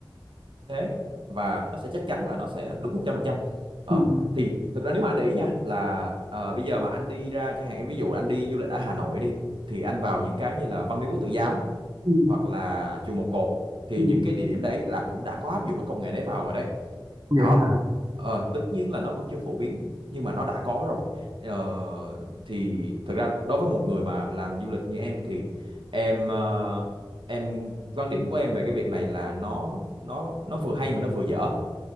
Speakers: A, on the right; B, on the right.
A: thế và nó sẽ chắc chắn là nó sẽ đúng 100% ờ
B: ừ, ừ,
A: thì thực ra nếu mà anh để ý nha là ờ, bây giờ mà anh đi ra chẳng hạn em ví dụ anh đi du lịch ở Hà Nội đi thì anh vào những cái như là Văn Miếu Quốc Tử Giám
B: ừ.
A: hoặc là chùa Một Cột thì
B: ừ, ừ.
A: những cái địa điểm đấy là cũng đã có áp dụng cái công nghệ đấy vào rồi đấy đó
B: Dạ.
A: ờ, tất nhiên là nó vẫn chưa phổ biến nhưng mà nó đã có rồi ờ, thì thực ra đối với một người mà làm du lịch như em thì em ờ, em quan điểm của em về cái việc này là nó nó nó vừa hay mà nó vừa dở